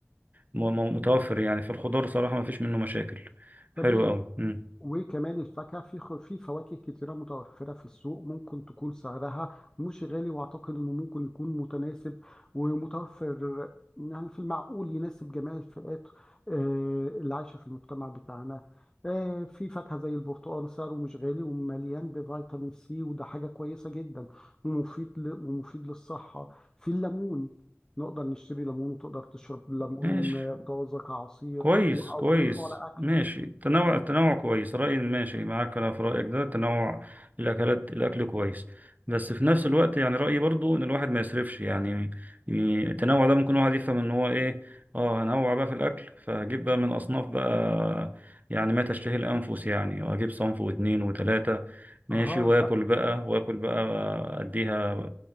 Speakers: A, on the right; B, on the left.
A: م- م- متوفر يعني في الخضار صراحة ما فيش منه مشاكل
B: تمام
A: حلو قوي مم.
B: وكمان الفاكهة في خ- في فواكه كتيرة متوفرة في السوق ممكن تكون سعرها مش غالي وأعتقد إنه ممكن يكون متناسب ومتوفر يعني في المعقول يناسب جميع الفئات آه، اللي عايشة في المجتمع بتاعنا آه، في فاكهة زي البرتقال سعره مش غالي ومليان بفيتامين سي وده حاجة كويسة جدا ومفيد ل- ومفيد للصحة في الليمون نقدر نشتري ليمون وتقدر تشرب ليمون
A: ماشي
B: آه، طازة كعصير
A: كويس
B: و- أو
A: كويس
B: تضيفه على أكل.
A: ماشي تنوع التنوع كويس رأيي ماشي معاك أنا في رأيك ده تنوع الأكلات الأكل كويس بس في نفس الوقت يعني رأيي برضو إن الواحد ما يسرفش يعني يعني التنوع ده ممكن الواحد يفهم إن هو إيه أه هنوع بقى في الأكل فهجيب بقى من أصناف بقى يعني ما تشتهي الأنفس يعني وأجيب صنف واتنين وتلاتة ماشي
B: أها
A: وآكل بقى وآكل بقى آه، أديها